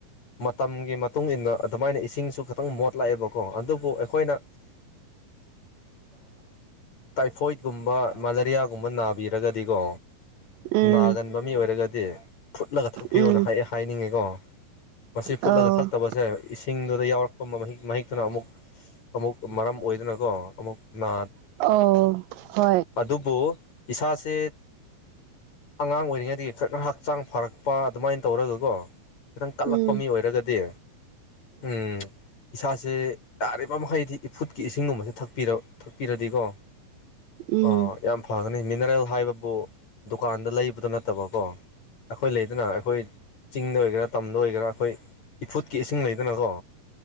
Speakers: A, on the left (about 50°); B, on the right (about 80°).
A: ꯃꯇꯝꯒꯤ ꯃꯇꯨꯡ ꯏꯟꯅ ꯑꯗꯨꯃꯥꯏꯅ ꯏꯁꯤꯡꯁꯨ ꯈꯤꯇꯪ ꯃꯣꯠꯂꯥꯛꯑꯦꯕꯀꯣ ꯀꯣ ꯑꯗꯨꯕꯨ ꯑꯩꯈꯣꯏꯅ ꯇꯥꯏꯐꯣꯏꯗꯀꯨꯝꯕ ꯃꯂꯔꯤꯌꯥꯒꯨꯝꯕ ꯅꯥꯕꯤꯔꯒꯗꯤꯀꯣ
B: ꯎꯝ
A: ꯅꯥꯒꯟꯕ ꯃꯤ ꯑꯣꯏꯔꯒꯗꯤ ꯐꯨꯠꯂꯒ ꯊꯛꯄꯤꯌꯣꯅ
B: ꯎꯝ
A: ꯍꯥꯏꯅꯤꯡꯉꯤꯀꯣ ꯃꯁꯤ ꯐꯨꯠꯂꯒ
B: ꯑꯧ
A: ꯊꯛꯇꯕꯁꯦ ꯏꯁꯤꯡꯗꯨꯗ ꯌꯥꯎꯔꯛꯄ ꯃꯍꯤꯛ ꯃꯍꯤꯛ ꯑꯗꯨꯅ ꯑꯃꯨꯛ ꯑꯃꯨꯛ ꯃꯔꯝ ꯑꯣꯏꯗꯅꯀꯣ ꯑꯃꯨꯛ ꯅꯥ
B: ꯑꯣ ꯍꯣꯏ
A: ꯑꯗꯨꯕꯨ ꯏꯁꯥꯁꯦ ꯑꯉꯥꯡ ꯑꯣꯏꯔꯤꯉꯩꯗꯒꯤ ꯈꯔ ꯈꯔ ꯍꯛꯆꯥꯡ ꯐꯔꯛꯄ ꯑꯗꯨꯃꯥꯏꯅ ꯇꯧꯔꯒꯀꯣ ꯈꯤꯇꯪ ꯀꯠꯂꯛꯄ
B: ꯎꯝ
A: ꯃꯤ ꯑꯣꯏꯔꯒꯗꯤ ꯎꯝ ꯏꯁꯥꯥꯁ ꯁꯦ ꯌꯥꯔꯤꯕ ꯃꯈꯩꯗꯤ ꯏꯐꯨꯠꯀꯤ ꯏꯁꯤꯡꯒꯨꯝꯕꯁꯦꯛꯔ ꯊꯛꯄꯤꯔꯗꯤꯀꯣ
B: ꯎꯝ
A: ꯑ ꯌꯥꯝ ꯐꯒꯅꯤ ꯃꯤꯅꯔꯦꯜ ꯍꯥꯏꯕꯕꯨ ꯗꯨꯀꯥꯟꯗ ꯂꯩꯕꯗꯣ ꯅꯠꯇꯕꯀꯣ ꯑꯩꯈꯣꯏ ꯂꯩꯗꯅ ꯑꯩꯈꯣꯏ ꯆꯤꯡꯗ ꯑꯣꯏꯒꯦꯔꯥ ꯇꯝꯗ ꯑꯣꯏꯒꯦꯔꯥ ꯑꯩꯈꯣꯏ ꯏꯐꯨꯠꯀꯤ ꯏꯁꯤꯡ ꯂꯩꯗꯅꯀꯣ